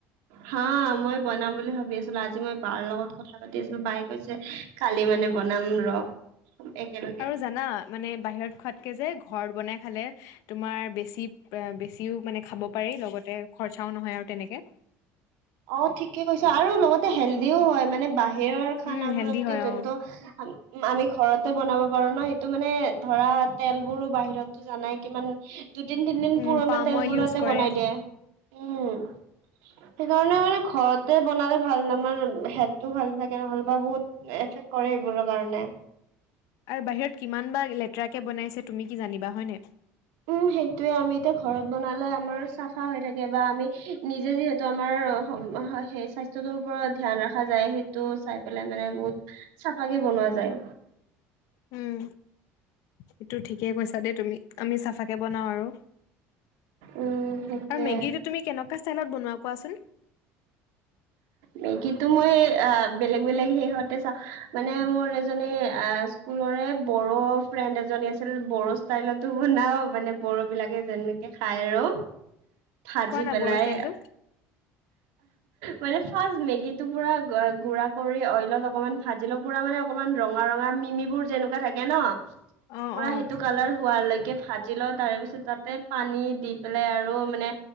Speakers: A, on the right (about 85°); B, on the left (about 65°).
A: হা মই বনাম বুলি ভাবি আছিলো। আজি মই বাৰ লগত কথা পাতি আছিলো বাই কৈছে কালি মানে বনাম ৰ। একেলগে
B: আৰু জানা মানে বাহিৰত খোৱাতকে যে ঘৰত বনাই খালে, তোমাৰ বেছি বেছিও মানে খাব পাৰি লগতে খৰচাও নহয় আৰু তেনেকে।
A: অ, ঠিকে কৈছো আৰু লগতে হেল্ডিও হয় মানে বাহ বাহিৰৰ খানা
B: উম
A: বোৰতকে
B: হেল্ডি হয়
A: যোনটো
B: অ
A: উম, আমি ঘৰতে বনাব পাৰো ন সেইটো মানে ধৰা তেলবোৰো বাহিৰত জানাই কিমান দুদিন তিনদিন
B: উম
A: পুৰণা
B: পাম
A: তেলবোঁৰতে
B: অইল ইউজ কৰে
A: বনাই দিয়ে। উম, সেইকাৰণে মানে ঘৰতে বনালে ভাল আমাৰ হেল্থটো ভাল থাকে নহল বা বহুত এফেক্ট কৰে সেইবোৰৰ কাৰণে।
B: আৰু বাহিৰত কিমান বা লেতেৰাকে বনাইছে তুমি কি জানিবা হয়নে।
A: উম সেইটোয়ে আমি এতিয়া ঘৰত বনালে আমাৰ চাফা হৈ থাকে বা আমি নিজে যিহেতু, টো আমাৰ সেই স্বাস্থ্যটোৰ ওপৰত ধ্যায়ান ৰখা যায় সেইটো চাই পেলাই মানে বহুত চাফাকে বনোৱা যায়।
B: উম, এইটো ঠিকে কৈছা দেই তুমি। আমি চাফাকে বনাও আৰু
A: উম সেইটোয়ে
B: আৰু মেগীটো তুমি কেনেকুৱা ষ্টাইলত বনোৱা কোৱাচোন?
A: মেগী মই অ বেলেগ বেলেগ সেহতে চাও মানে মোৰ এজনী আ, স্কুলৰে বড়ো ফ্ৰেণ্ড এজনী আছিল বড়ো ষ্টাইলতো বনাও মানে বড়ো বিলাকে যেন খাই আৰু ভাজি
B: কোৱা না
A: পেলাই।
B: বড়ো ষ্টাইলটো।
A: মানে ফ মেগীটো পুৰা গুড় কৰি অইলত অকমান ভাজ লৈ পুৰা মানে অকণমান ৰঙা-ৰঙা মিমিবোৰ যেনেকুৱা থাকে। থাকে ন'
B: অ',
A: পুৰা
B: অ',
A: সেইটো কালাৰ হোৱা লৈকে ভা জি লওঁ তাৰে পিছত তাতে পানী দি পেলাই আৰু মানে